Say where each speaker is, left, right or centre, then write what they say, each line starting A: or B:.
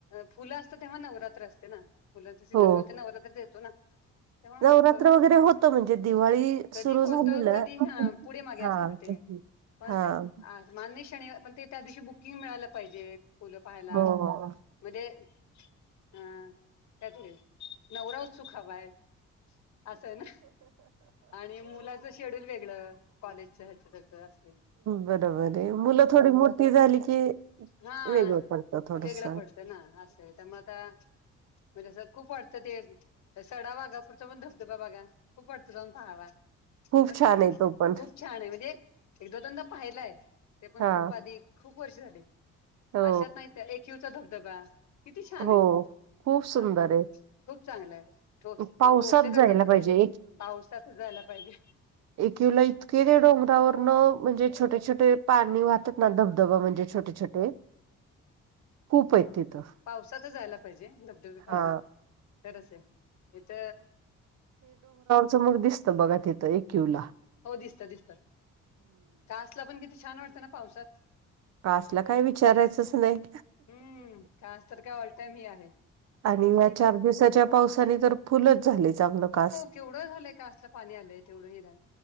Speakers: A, on the left (about 65°); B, on the right (about 60°).
A: फुलं असतं तेव्हा नवरात्र असते ना फुलांचा सीझन
B: हो.
A: बहुतेक नवरात्रात येतो ना. तेव्हा
B: नवरात्र
A: मंग अ
B: वगैरे होतं म्हणजे दिवाळी सुरू
A: कधी होत
B: झाली ना
A: कधी ह पुढे मागे
B: हा.
A: असत ते पण
B: हा
A: ते आस मान्य शनिवा पण ते त्या दिवशी बुकिंग मिळायला पाहिजेत फुल पाहायला.
B: हो.
A: मध्ये अं त्यात हे नवरा उत्सुक हवाय. असं आहे ना आणि मुलाच शेड्यूल वेगळं कॉलेजच ह्याचं त्याच असं
B: बरोबर आहे मुलं थोडी मोठी झाली की,
A: हा
B: वेगळं पडतं थोडस
A: वेगळं पडतं ना असंय त्यामुळं आता म्हणजे असं खूप वाटतं ते त्या सडावागापूरचा पण धबधबा बघा खूप वाटतं जाऊन पहावा.
B: खूप
A: पण
B: छान
A: ते कुठ
B: आहे तो पण
A: खूप छान आहे म्हणजे एकदा दोनदा पाहलाय ते पण
B: हा
A: खूप आधी खूप वर्ष झाली
B: हो
A: अशात नाही एकयूचा धबधबा किती छान
B: हो
A: आहे.
B: खूप सुंदर
A: आपल्या म्हजे खूप चांगला आहे ठोस
B: पावसात
A: ठोसेकरचा
B: जायला
A: तर
B: पाहिजे
A: काय पावसात जायला पाहिजे.
B: एकीला इतके ते डोंगरावरन म्हणजे छोटे छोटे पाणी वाहतात ना धबधबा म्हणजे छोटे छोटे
A: <inaudible>
B: कूप आहेत. तिथं
A: पावसातच जायला पाहिजे धबधबे पहायला
B: हा
A: खरंच आहे. इथ..
B: समोर दिसत बघा तिथं एकयू ला
A: हो दिसत दिसत ता आसला पण किती छान वाटतं ना पावसात
B: आसला काय विचारायचंच नाही.
A: हम्म कास तर काय ऑल टाईम ही आहे.
B: आणि या
A: इव्हन
B: चार दिवसाच्या पावसाने तर फुलच झाली चांगलं कास
A: तेवढं झालंय कासला पाणी आलंय तेवढं हे झालं